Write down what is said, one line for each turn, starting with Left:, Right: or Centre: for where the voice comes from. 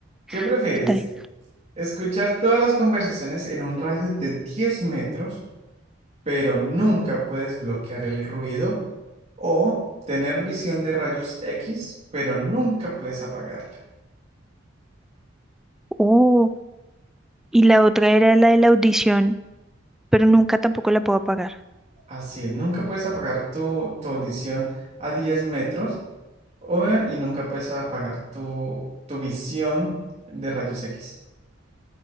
Right: ¿Qué prefieres?
Centre: <laughs> está bien.
Right: ¿Escuchar todas las conversaciones en un radio de 10 metros, pero nunca puedes bloquear el ruido? ¿O tener visión de rayos X, pero nunca puedes apagarla?
Centre: Oh, y la otra era la de la audición, pero nunca tampoco la puedo apagar.
Right: Así es, nunca puedes apagar tu, tu audición a 10 metros o- y nunca puedes apagar tu, tu visión de rayos X.